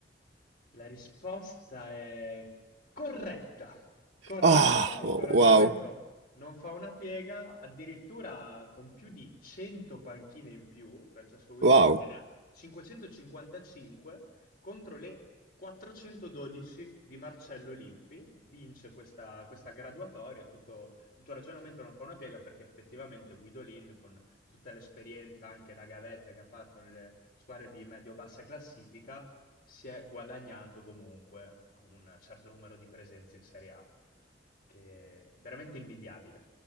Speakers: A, on the left; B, on the right.
A: La risposta è corretta. Corretta,
B: Ah,
A: il
B: oh,
A: tuo ragionamento
B: wow,
A: non fa una piega, addirittura con più di 100 panchine in più, Francesco Guidolin
B: wow,
A: che ne ha 555 contro le 412 di Marcello Lippi, vince questa, questa graduatoria, tutto il tuo ragionamento non fa una piega perché effettivamente Guidolin con tutta l'esperienza, anche la gavetta che ha fatto nelle squadre di medio-bassa classifica, si è guadagnato comunque un certo numero di presenze in Serie A, che è veramente invidiabile,